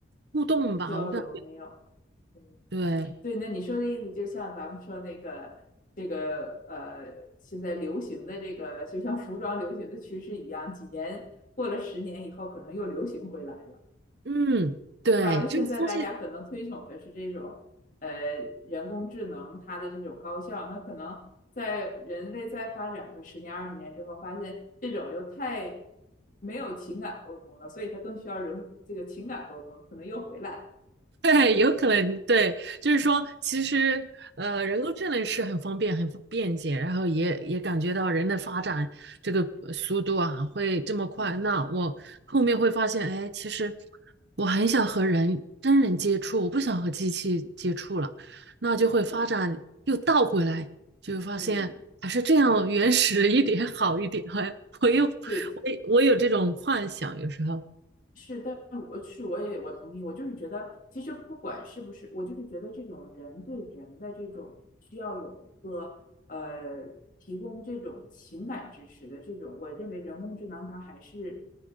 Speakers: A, on the right; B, on the left.
A: 互动吧，
B: 交流没有了。
A: 我感觉
B: 嗯，
A: 对，
B: 对，那你说的意思就像咱们说那个这个呃，现在流行的这个，就像服装流行的趋势一样，几年过了十年以后，可能又流行回来了。
A: 嗯，对，
B: 是吧？就现在大家可能推崇的是这种，
A: 就是发现。
B: 呃，人工智能它的这种高效，那可能在人类再发展个十年二十年之后，发现这种又太没有情感沟通了，所以它更需要人这个情感沟通，可能又回来了。
A: <laughs> 对，有可能对，就是说，其实呃，人工智能是很方便、很方便捷，然后也也感觉到人的发展这个呃速度啊会这么快。那我后面会发现，哎，其实我很想和人真人接触，我不想和机器接触了，那就会发展又倒回来，
B: 嗯
A: 就发现还是这样原始一点好一点。
B: 嗯，
A: <laughs> 我我又我
B: 对。
A: 我有这种幻想，有时候。
B: 是，但是我是我也我同意，我就是觉得，其实不管是不是，我就是觉得这种人对人的这种需要有一个呃提供这种情感支持的这种，我认为人工智能它还是